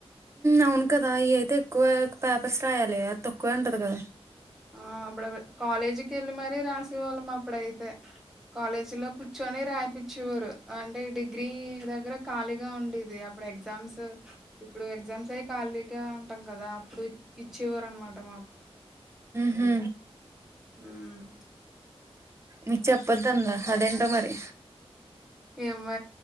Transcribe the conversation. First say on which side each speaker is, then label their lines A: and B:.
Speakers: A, on the right (about 25°); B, in the centre.
A: అవును కదా ఇ అయితే ఎక్కువ పేపర్స్ రాయాలి అది తక్కువ ఉంటంది కదా
B: ఆ అప్పుడ కాలేజీకి వెళ్ళి మరీ రాసేవాళ్ళం అప్పుడైతే కాలేజీ లో కూర్చొని రా ూర్ అంటే డిగ్రీ దగ్గర ఖాళీగా ఉండేది అప్పుడు ఎగ్జామ్స్ ఇప్పుడు ఎగ్జామ్స్ అయి ఖాళీగా ఉంటాం కదా అప్పుడు ఇచ్చేవారు అనమాట మాకు
A: హ
B: హ్మ్.
A: నకు చెప్పదుందా అదేంట మరి
B: ఏమ